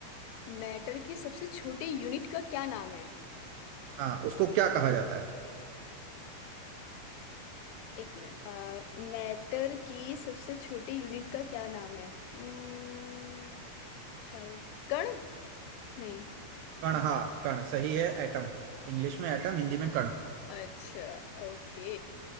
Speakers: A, on the left (about 85°); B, on the right (about 85°).
A: मैटर की सबसे छोटी यूनिट का क्या नाम है
B: हाँ उसको क्या कहा जाता है
A: एक मिनट मैटर की सबसे छोटी यूनिट का क्या नाम है Hmm, शायद कण नहीं
B: कण हाँ कण सही है एटम इंग्लिश में एटम हिंदी में कण
A: अच्छा ओके